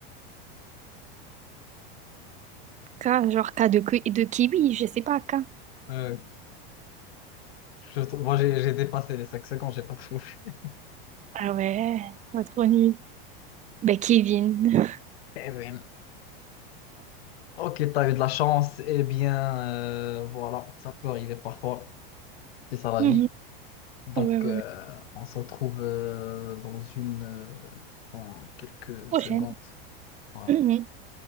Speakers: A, on the right (about 25°); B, on the left (about 85°).
A: K, genre K de, ki- de kiwi, je sais pas, K.
B: Euh, je trou- moi, j'ai j'ai dépassé les 5 secondes, j'ai pas trouvé. <laughs>
A: Ah ouais, ouais, trop nul. Ben, Kevin.
B: Eh ben, Ok, t'as eu de la chance. Eh bien, euh, voilà, ça peut arriver parfois. C'est
A: <laughs>
B: ça la
A: Mhm.
B: vie. Donc,
A: Ouais, ouais,
B: euh,
A: ouais.
B: on se retrouve euh, dans une, euh, dans quelques
A: Prochaine.
B: secondes. Voilà.
A: <clears throat>